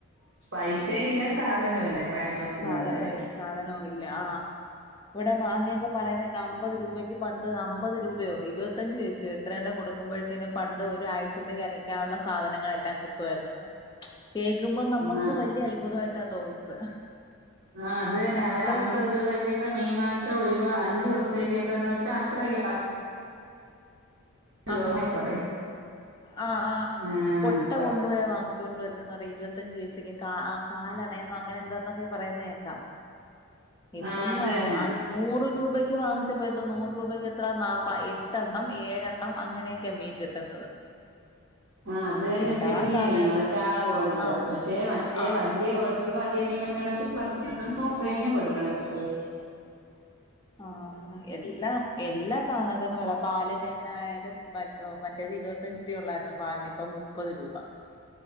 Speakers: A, on the right; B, on the left.
A: പൈസേം ഇല്ല സാധനവ് ല്ല ഇപ്പ അഞ്ഞൂറപ്യകൊണ്ട്
B: സാധന
A: പോയാൽ
B: സാധനവും ഇല്ല, ആഹ് ഇവ്ടെ മാമിയൊക്കെ പറയുന്നത് കേൾക്ക അമ്പത് രൂപയ്ക്ക് പണ്ട് അമ്പത് രൂപയോ ഇരുപത്തഞ്ച് പൈസയോ എത്രയോണ്ടെ കൊടുക്കുമ്പോഴത്തേനും പണ്ട് ഒരാഴ്ചത്തേക്ക് അരയ്ക്കാനുള്ള സാധനങ്ങളെല്ലാം കിട്ടുമായിരുന്നുന്ന്. കേൾക്കുമ്പോ നമ്മക്ക്
A: ആഹ്
B: വല്ല്യ അത്ഭുതമായിട്ടാണ് തോന്നുന്നത്.
A: ആഹ്, അത് തന്നെ
B: അത്രക്ക്
A: അവര് അമ്പത് രൂപ ക്കക്കെ മീൻ വാങ്ങിച്ച ഓര് ഇപ്പൊ അഞ്ചു ദിവസത്തെക്കൊക്കെ എന്ന് വെച്ചാൽ അത്രക്കെ പ <unintelligible>
B: ആ
A: പറയും.
B: ആഹ്, ആഹ്
A: ആഹ്
B: കൊട്ട കൊണ്ട് പോയ വാങ്ങല്. ച്ചോണ്ട് വരുന്നന്ന് അറിയോ ഇരുപത്തഞ്ചു പൈസക്കൊക്കെ കാ കാലണയെന്നോ അങ്ങനെ എന്താന്നൊക്കെ പറയുന്ന കേൾക്കാം. ഇപ്പം
A: ആഹ് അത്
B: <unintelligible>
A: തന്നെ
B: നൂറ് രൂപയ്ക്ക് വാങ്ങിച്ചപ്പോ എന്താ നൂറ് രൂപയ്ക്ക് എത്ര നാ എട്ടെണ്ണം ഏഴെണ്ണം അങ്ങനെ ക്കെ മീൻ കിട്ടുന്നത്.
A: ആ അത് തന്നെ
B: എല്ലാ
A: ചെറിയ
B: സാധനത്തിനും
A: മീന്ങ്ങള് ചാള പോലത്തെ
B: ആഹ്
A: പക്ഷെ മറ്റേ
B: ആഹ്
A: വല്ല്യ കൊറച്ചൂടെ വല്ല്യ മീൻ മേ ടിക്കാണെങ്കിൽ മത്തി <unintelligible> രൂപയെങ്കിലും കൊടുക്കണം <unintelligible>
B: ആഹ്, എല്ലാം എല്ലാ സാധനത്തിനും വില പാലിന് തന്നെ ആയാലും മ മറ്റ റ്റേത് ഇരുപത്തഞ്ച് രൂപ ഉള്ളായിരുന്നു പാലിന് ഇപ്പ മുപ്പത് രൂപ.